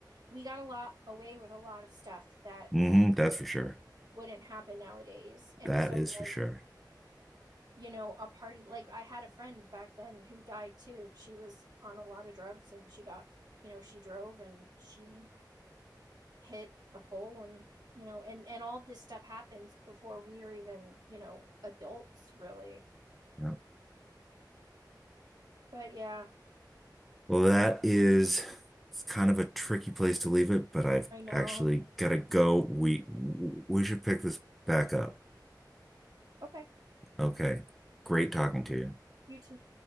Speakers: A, on the right; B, in the centre.
A: we got a lot away with a lot of stuff that
B: hmm that's for sure.
A: wouldn't happen nowadays. And
B: That
A: so,
B: is
A: like,
B: for sure.
A: you know, a party, like, I had a friend back then who died too. She was on a lot of drugs and she got, you know, she drove and she hit a pole and, you know, and, and all this stuff happens before we are even, you know, adults really.
B: Yeah.
A: But yeah,
B: Well, that is it's kind of a tricky place to leave it, but I've
A: I know.
B: actually got to go. We we should pick this back up.
A: Okay.
B: Okay. Great talking to you.
A: You too.